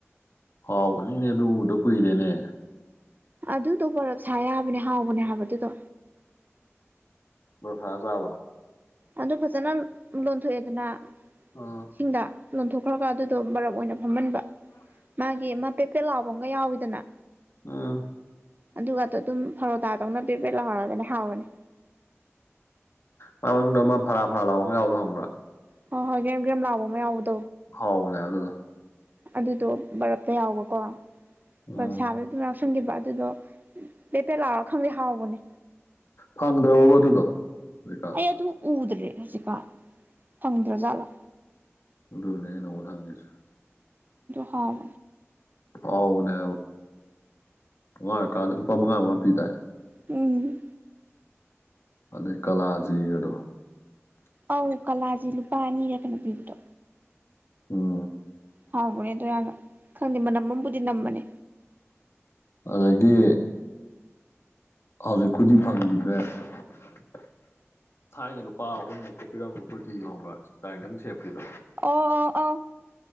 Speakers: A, on the left; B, on the right.
A: ꯍꯥꯎꯕꯅꯤꯅꯦ ꯑꯗꯨꯗ ꯀꯨꯏꯔꯦꯅꯦ
B: ꯑꯗꯨꯗꯣ ꯄꯔꯞ ꯁꯥ ꯌꯥꯕꯅꯦ ꯍꯥꯎꯕꯅꯦ ꯍꯥꯏꯕꯗꯨꯗꯣ
A: ꯃꯔꯈꯖꯕ
B: ꯑꯗꯨ ꯐꯖꯅ ꯂꯣꯟꯊꯣꯛꯑꯦꯗꯅ
A: ꯑꯥ
B: ꯁꯤꯡꯗ ꯂꯣꯟꯊꯣꯛꯈ꯭ꯔꯒ ꯑꯗꯨꯗꯣ ꯕꯔꯕ ꯑꯣꯏꯅ ꯐꯝꯍꯟꯕ ꯃꯥꯒꯤ ꯃꯥ ꯄꯦꯄꯦꯠ ꯂꯥꯎꯕ ꯑꯃꯒ ꯌꯥꯎꯋꯤꯗꯅ
A: ꯑꯥ
B: ꯑꯗꯨꯒꯗ ꯑꯗꯨꯝ ꯐꯔꯣꯗꯥ ꯇꯧꯅ ꯄꯦꯕꯦꯠ ꯂꯧꯍꯧꯔꯒꯅꯦ ꯍꯥꯎꯔꯅꯤ
A: ꯃꯥ ꯃꯅꯨꯡꯗ ꯑꯃ ꯐꯔꯥ ꯐꯔꯥ ꯂꯥꯎ ꯑꯃ ꯌꯥꯎꯅꯣ ꯍꯪꯕ꯭ꯔꯥ
B: ꯍꯣꯏ ꯍꯣꯏ ꯀꯦꯝ ꯀꯦꯝ ꯂꯥꯎꯕ ꯑꯃ ꯌꯥꯎꯗꯣ
A: ꯍꯥꯎꯅꯦ ꯑꯗꯨꯗ
B: ꯑꯗꯨꯗꯣ ꯕꯔꯞꯇ ꯌꯥꯎꯕꯀꯣ
A: ꯎꯝ
B: ꯕꯔꯞ ꯁꯥꯕꯗ ꯑꯗꯨꯝ ꯁꯟꯈꯤꯕ ꯑꯗꯨꯗꯣ ꯂꯦꯄꯦꯜꯠ ꯂꯥꯎꯑꯣ ꯈꯪꯗꯦ ꯍꯥꯎꯕꯅꯦ
A: ꯐꯪꯗ꯭ꯔꯕꯕꯣ ꯑꯗꯨꯗꯣ ꯍꯧꯖꯤꯛꯀꯥꯟ
B: ꯑꯩ ꯑꯗꯨ ꯎꯗ꯭ꯔꯦ ꯍꯧꯖꯤꯛꯀꯥꯟ ꯐꯪꯗ꯭ꯔꯥ ꯖꯥꯠꯂꯥ
A: ꯎꯗꯣꯏꯅꯦꯅ ꯃ ꯊꯪꯉꯦꯁꯨ
B: ꯍꯥꯎ
A: ꯑꯥꯎꯅꯦ ꯉꯉ ꯀꯥꯗ ꯂꯨꯄꯥ ꯃꯉꯥ ꯃꯉꯥ ꯄꯤ ꯇꯥꯏ
B: ꯎ
A: ꯑꯗꯩ ꯀꯂꯥꯖꯤꯒꯗꯣ
B: ꯑꯧ ꯀꯂꯥꯥꯁꯦ ꯂꯨꯄꯥ ꯑꯅꯤꯔ ꯀꯩꯅꯣ ꯄꯤꯕꯗꯣ
A: ꯑꯝ
B: ꯍꯕꯅꯦꯗ ꯌꯥꯝꯅ ꯈꯪꯗꯦ ꯃꯅꯝꯝꯕꯨꯗꯤ ꯅꯝꯕꯅꯤ
A: ꯑꯗꯒꯤ ꯍꯧꯖꯤꯛꯄꯨꯗꯤ ꯐꯪꯈꯤꯗ꯭ꯔꯦ ꯊꯥꯏꯅ ꯂꯨꯄꯥ ꯑꯍꯨꯝꯃꯨꯛ ꯄꯤꯔ ꯐꯨꯔꯇꯤ ꯌꯧꯍꯣꯡꯕ꯭ꯔꯥ ꯇꯥꯏꯒꯟ ꯁꯦꯞꯀꯤꯗꯣ
B: ꯑꯣ ꯑꯣ ꯑ